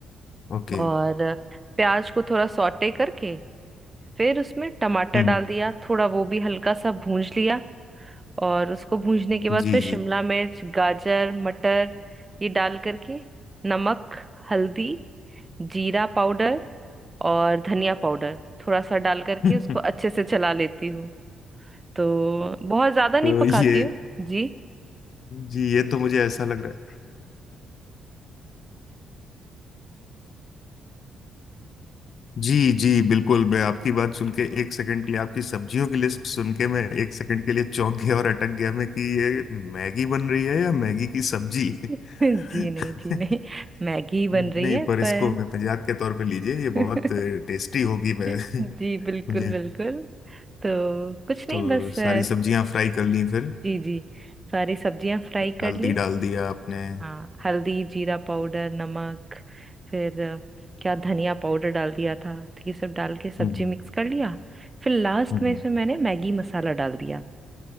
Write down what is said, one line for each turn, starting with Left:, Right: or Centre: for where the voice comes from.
Left: ओके
Right: और प्याज को थोड़ा सॉटे करके फिर उसमें टमाटर
Left: हम्म
Right: डाल दिया थोड़ा वो भी हल्का सा भूंज लिया और उसको भूनने के बाद
Left: जी
Right: फिर शिमला
Left: जी
Right: मिर्च गाजर मटर ये डाल करके नमक हल्दी जीरा पाउडर और धनिया पाउडर थोड़ा सा डाल करके
Left: <laughs>
Right: उसको अच्छे से चला लेती हूँ तो बहुत ज्यादा नहीं
Left: तो
Right: पकाती
Left: ये
Right: हूँ जी
Left: जी ये तो मुझे ऐसा लग रहा है जी जी बिल्कुल मैं आपकी बात सुन के एक सेकंड के लिए आपकी सब्जियों की लिस्ट सुन के मैं एक सेकंड के लिए चौंक गया और अटक गया मैं कि ये मैगी बन रही है या मैगी की सब्जी
Right: <laughs> जी
Left: <laughs>
Right: नहीं जी नहीं मैगी ही बन
Left: नहीं
Right: रही है
Left: पर इसको
Right: पर
Left: मैं मजाक के तौर पे लीजिए ये
Right: <laughs>
Left: बहुत टेस्टी होगी मैं
Right: जी बिल्कुल
Left: <laughs> मुझे
Right: बिल्कुल तो कुछ नहीं
Left: तो
Right: बस अ,
Left: सारी सब्जियां फ्राई कर ली फिर
Right: जी जी सारी सब्जियां फ्राई
Left: फिर
Right: कर
Left: हल्दी
Right: ली
Left: डाल दिया आपने हम्म
Right: हाँ हल्दी जीरा पाउडर नमक फिर अ, क्या धनिया पाउडर डाल दिया था तो ये सब डाल के सब्जी
Left: हम्म
Right: मिक्स कर लिया फिर लास्ट
Left: हम्म,
Right: में
Left: हम्म,
Right: इसमें मैंने मैगी मसाला डाल दिया